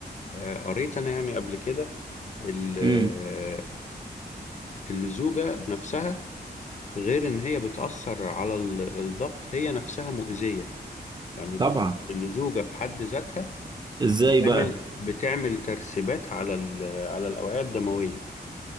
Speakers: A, on the left; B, on the right.
A: آه قريت انا يعني قبل كده ال-
B: امم
A: آه، اللزوجة نفسها غير ان هي بتأثر على ال- الضغط هي نفسها مؤذية يعني ال-
B: طبعا
A: اللزوجة في حد ذاتها
B: ازاي
A: بتعمل
B: بقى
A: بتعمل ترسبات على ال- على الأوعية الدموية